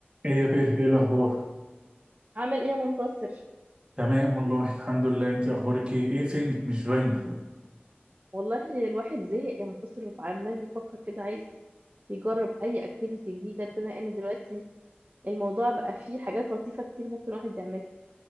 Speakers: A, on the right; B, on the right.
A: ايه يا بير ايه الاخبار
B: عامل ايه يا منتصر
A: تمام والله الحمد لله انت اخبارك ايه ايه فينك مش باينه
B: والله الواحد زهق يا منتصر وعمال بيفكر كده عايز يجرب اي اكتيفيتي جديده بما ان دلوقتي الموضوع بقى فيه حاجات لطيفه كتير ممكن الواحد يعملها